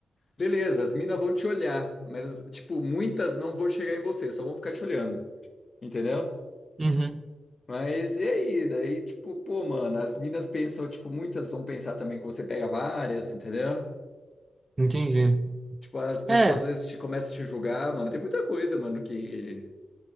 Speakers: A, on the left; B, on the right.
A: Beleza, as minas vão te olhar, mas, tipo, muitas não vão chegar em você, só vão ficar te olhando, entendeu?
B: Uhum.
A: Mas e aí? Daí, tipo, pô, mano, as minas pensam, tipo, muitas vão pensar também que você pega várias, entendeu?
B: Entendi.
A: Tipo, as pessoas
B: É,
A: às vezes te começam a te julgar, mano. Tem muita coisa, mano, que,